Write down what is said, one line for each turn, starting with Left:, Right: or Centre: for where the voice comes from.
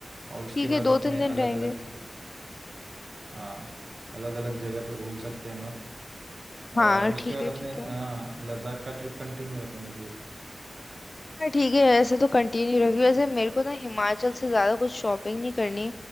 Right: और उसके
Left: ठीक
Right: बाद
Left: है
Right: अपने
Left: दो तीन दिन
Right: अलग
Left: रहेंगे
Right: अलग हाँ अलग अलग जगह पे घूम सकते हैं मस्त
Left: हाँ
Right: और उसके
Left: ठीक
Right: बाद
Left: है
Right: अपने
Left: ठीक
Right: हाँ
Left: है
Right: लद्दाख का ट्रिप कंटिन्यू रखेंगे फिर
Left: हाँ ठीक है ऐसे तो कंटिन्यू
Right: हम्म
Left: रखिए वैसे मेरे को ना हिमाचल से ज़्यादा कुछ शॉपिंग नहीं करनी